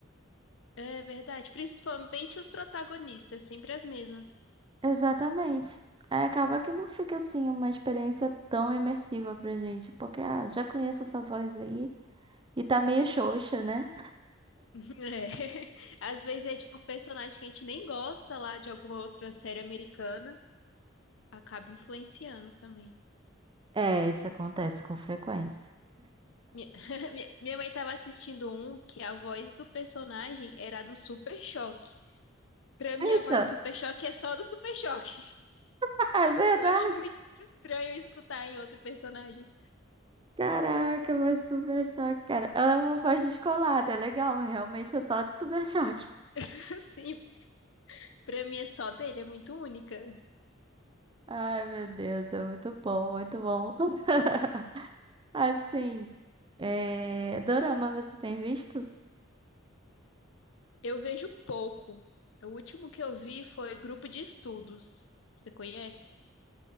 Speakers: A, on the left; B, on the right.
A: é verdade. Principalmente os protagonistas, sempre as mesmas.
B: Exatamente. Aí acaba que não fica assim uma experiência tão imersiva pra gente, porque ah, já conheço essa voz aí e tá meio xoxa, né?
A: É. <laughs> Às vezes é de um personagem que a gente nem gosta lá de alguma outra série americana, acaba influenciando também.
B: É, isso acontece com frequência.
A: Minha, <laughs> minha minha mãe tava assistindo um que a voz do personagem era a do Super Choque. Pra mim,
B: Eita!
A: a voz do Super Choque é só do Super Choque.
B: <laughs> É
A: <laughs>
B: verdade!
A: Eu acho muito estranho escutar em outro personagem.
B: Caraca, mas Super Choque, cara. Ela é uma voz descolada, é legal, mas realmente é só do Super Choque.
A: <laughs> Assim, pra mim é só dele, é muito única.
B: Ai, meu Deus, é muito bom, muito bom. <laughs> Assim, é... Dorama, você tem visto?
A: Eu vejo pouco. O último que eu vi foi Grupo de Estudos. Você conhece?